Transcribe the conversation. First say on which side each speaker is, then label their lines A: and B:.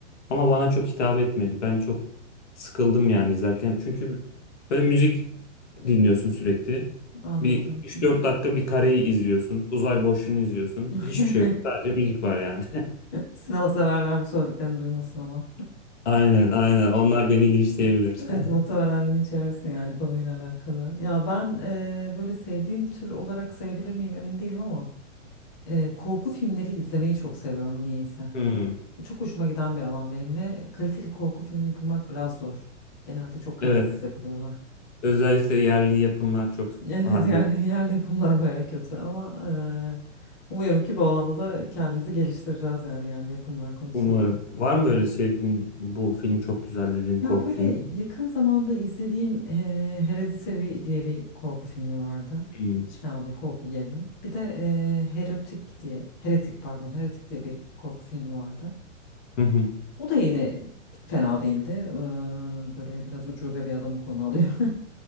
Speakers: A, on the left (about 65°); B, on the left (about 15°).
A: Ama bana çok hitap etmedi. Ben çok sıkıldım yani izlerken. Çünkü böyle müzik dinliyorsun sürekli.
B: anladım.
A: Bir üç
B: Hı hı.
A: dört dakika bir kareyi izliyorsun. Uzay boşluğunu izliyorsun.
B: <laughs>
A: Hiçbir şey yok. Sadece müzik var yani.
B: Sinema severler bu söylediklerini duymasın ama.
A: <laughs> Aynen aynen. Onlar beni linçleyebilir.
B: Evet
A: <laughs>
B: muhtemelen içersin yani konuyla alakalı. Ya ben eee, böyle sevdiğim tür olarak sayabilir miyim emin değilim ama eee, korku filmleri izlemeyi çok seviyorum niyeyse.
A: Hmm,
B: Bu Çok hoşuma giden bir alan benim ve kaliteli korku filmi bulmak biraz zor. Genelde çok kalitesiz
A: evet.
B: yapılıyorlar. <laughs>
A: Özellikle yerli yapımlar çok
B: Evet
A: hadi
B: yani yerli yapımlar baya kötü ama eee, umuyorum ki bu alanda da kendimizi geliştireceğiz yani yerli yapımlar konusunda.
A: Umarım. Var mı böyle sevdiğin bu film çok güzel dediğin
B: Ya
A: korku
B: böyle
A: filmi?
B: yakın zamanda izlediğim eee Hereditary diye bir korku filmi vardı.
A: Hmm.
B: Hiç fena değil korku gerilim. Bir de eee Heretic diye, Heretic pardon, Heretic diye bir korku filmi vardı.
A: Hı hı.
B: O da yine fena değildi. Eee, böyle biraz ucube bir adamı konu alıyor. <laughs>